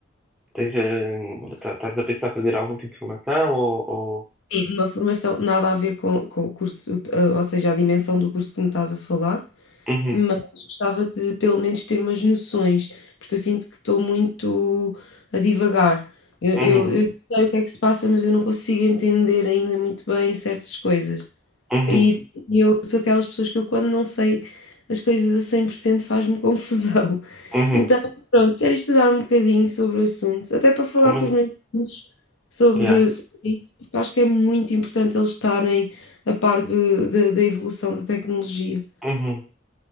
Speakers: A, in the centre; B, on the left.
A: Tens, eh, tá- estás a pensar fazer algum tipo de formação ou, ou...
B: Sim, uma formação nada a ver com, com o curso, eh, ou seja, a dimensão do curso que me estás a falar,
A: Uhum,
B: mas gostava de pelo menos ter umas noções, porque eu sinto que estou muito a divagar. Eu,
A: uhum,
B: eu, eu sei o que é que se passa, mas eu não consigo entender ainda muito bem certas coisas.
A: uhum,
B: E isso- e eu sou aquelas pessoas que eu, quando não sei as coisas a 100% faz-me <laughs> confusão.
A: uhum.
B: Então, pronto, quero estudar um bocadinho sobre o assunto, até para falar
A: Pelo menos,
B: com os meus filhos sobre,
A: yeah.
B: sobre isso, porque acho que é muito importante eles estarem a par de, de- da evolução da tecnologia.
A: Uhum.